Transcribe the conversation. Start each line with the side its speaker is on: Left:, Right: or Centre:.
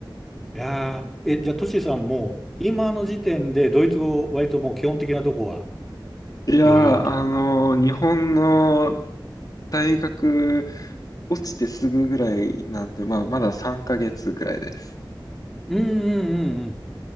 Centre: いやー、え、じゃあトシーさんも今の時点でドイツ語割ともう基本的なとこは
Left: いやー、
Centre: 余裕というか。
Left: あのー日本の大学落ちてすぐぐらいなんで、まあ、まだ3ヶ月ぐらいです。
Centre: うんうんうんうん。